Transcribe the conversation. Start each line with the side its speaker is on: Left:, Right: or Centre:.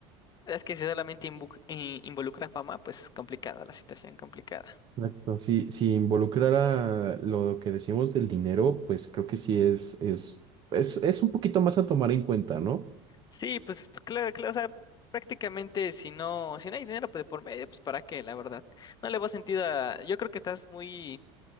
Left: Es que si solamente invu- in- involucra fama, pues complicada la situación, complicada.
Right: Exacto. Si, si involucrara lo que decíamos del dinero, pues creo que sí es, es, es, es un poquito más a tomar en cuenta, ¿no?
Left: Sí, pues pues, claro, claro, o sea, prácticamente si no, si no hay dinero pues, de por medio, pues para qué, la verdad. No le veo sentido a, yo creo que estás muy